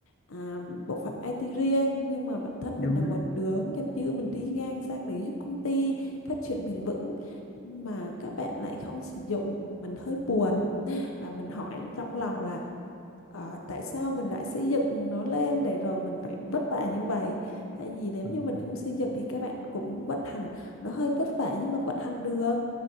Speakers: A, on the left (about 75°); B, on the left (about 50°).
A: à, bộ phận IT riêng nhưng mà bản thân
B: đúng
A: mình là
B: á
A: một đứa nghiệp dư mình đi ngang sang để giúp công ty phát triển bền vững mà các bạn lại không sử dụng mình hơi buồn và mình hỏi trong lòng là Ờ, tại sao mình lại xây dựng nó lên để rồi mình phải vất vả như vậy? Tại vì nếu
B: Vâng.
A: như mình không xây dựng thì các bạn cũng vận hành nó hơi vất vả nhưng mà vận hành được.